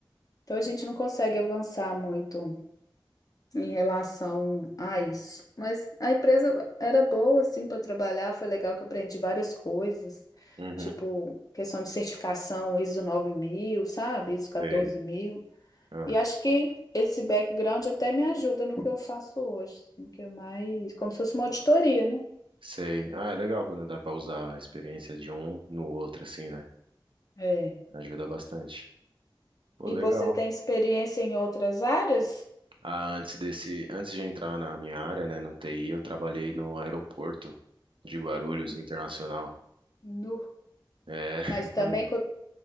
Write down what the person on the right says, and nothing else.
Uhum,
sei.
Ah,
sei. Ah, é legal quando dá pra usar a experiência de um no outro, assim, né?
Ajuda bastante. Pô,
legal.
Ah, antes desse, antes de entrar na minha área, né, no TI, eu trabalhei no aeroporto de Guarulhos
Internacional.
É, <laughs>
pois é.